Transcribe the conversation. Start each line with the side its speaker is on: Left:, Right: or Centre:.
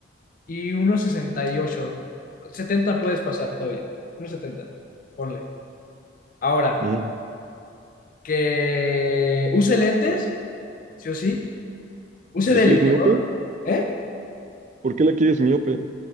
Left: y uno sesenta y ocho setenta puedes pasar todavía, uno 70 ponle. Ahora,
Right: Ujú.
Left: que use lentes sí o sí. Use
Right: ¿Ya
Left: delineador,
Right: quieres miope?
Left: ¿eh?
Right: ¿Por qué la quieres miope?